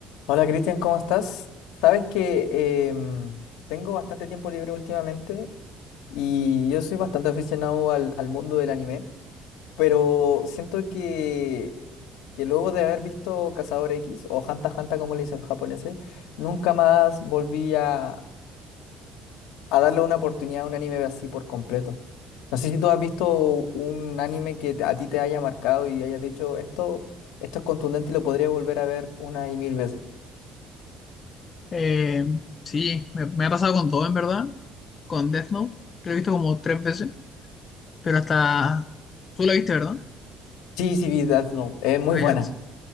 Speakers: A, on the left; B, on the left.
A: Hola Cristian, ¿cómo estás? Sabes que em, tengo bastante tiempo libre últimamente y yo soy bastante aficionado al, al mundo del anime, pero siento que, que luego de haber visto Cazador X o Hunter x Hunter como le dice el japonés, nunca más volví a, a darle una oportunidad a un anime así por completo. No sé si tú has visto un anime que te- a ti te haya marcado y hayas dicho esto, esto es contundente y lo podría volver a ver una y mil veces.
B: Eh, sí, me, me ha pasado con todo, en verdad. Con Death Note, que lo he visto como tres veces. Pero hasta... Tú la viste, ¿verdad?
A: Sí, sí, vi Death Note. Es muy
B: Ah,
A: buena.
B: ya. Entonces